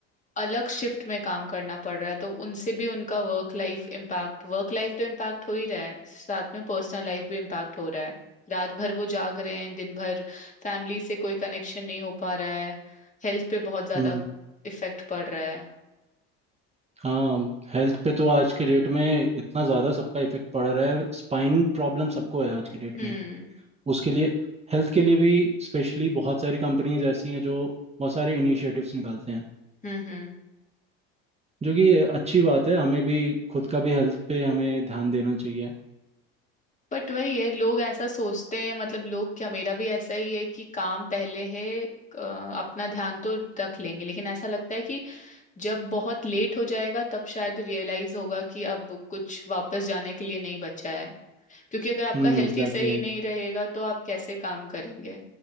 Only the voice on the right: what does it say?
हम्म।
हाँ हेल्थ पे तो आज के डेट में इतना ज़्यादा सबका इफेक्ट पड़ रहा है स्पाइन प्रॉब्लम सबको है आज के डेट
में उसके लिए हेल्थ के लिए भी स्पेशली बहुत सारी कंपनीज ऐसी हैं जो बहुत सारे इनिशिएटिव्स निकालते हैं
जो कि अच्छी बात है हमें भी खुद का भी हेल्थ पे हमें ध्यान देना चाहिए
हम्म
एग्जैक्टली